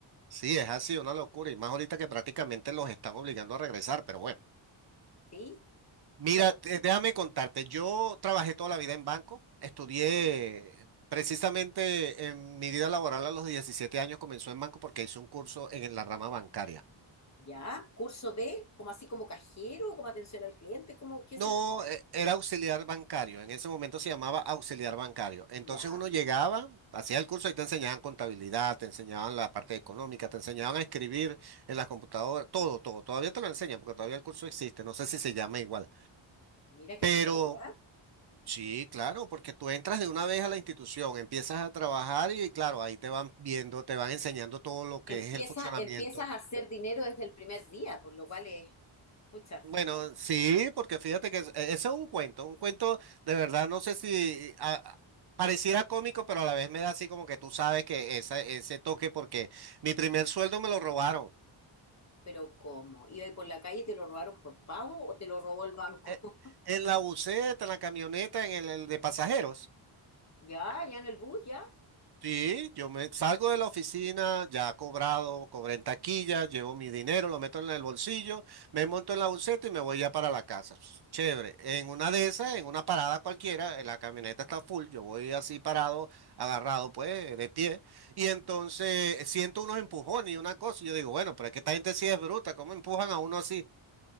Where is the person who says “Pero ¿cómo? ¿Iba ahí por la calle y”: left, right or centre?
Left